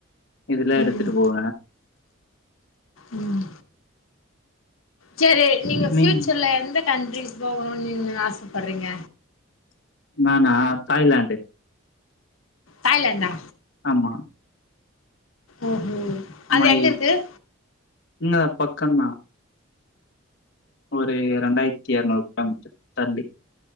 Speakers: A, on the left; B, on the left.
A: இதெல்லா எடுத்துட்டு
B: ம்
A: போவ
B: ம் சரி நீங்க
A: நீங்
B: ஃபியூச்சர்ல எந்த கண்ட்ரிக்கு போகணும்னு நீ ஆசப்பட்றீங்க
A: நானா தாய்லேண்டு
B: தாய்லண்டா
A: ஆமா
B: ஓஹோ அது
A: மை
B: எங்க இருக்கு
A: இங்க தா பக்கதா ஒரு ரண்டாயிரத்தி இரநூறு கிலோ மீட்டர் தள்ளி